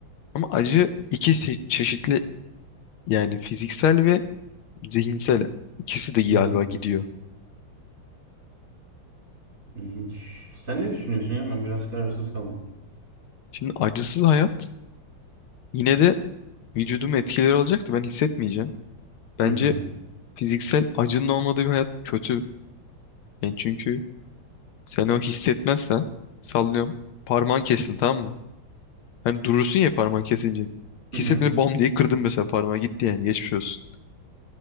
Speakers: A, on the left; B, on the right.
A: Ama acı iki çe- çeşitli yani fiziksel ve zihinsel. İkisi de
B: Hmm,
A: galiba gidiyor.
B: ilginç. Sen ne düşünüyorsun ya? Ben biraz kararsız kaldım.
A: Şimdi acısız hayat yine de vücudum etkileri olacaktı. Ben hissetmeyeceğim. Bence
B: Hı hı.
A: fiziksel acının olmadığı bir hayat kötü. Yani çünkü sen o hissetmezsen sallıyorum. Parmağın kesin tamam mı? Hem durursun ya parmağın kesince.
B: Hı
A: Hissetmeden
B: hı.
A: bam diye kırdım mesela parmağı gitti yani geçmiş olsun.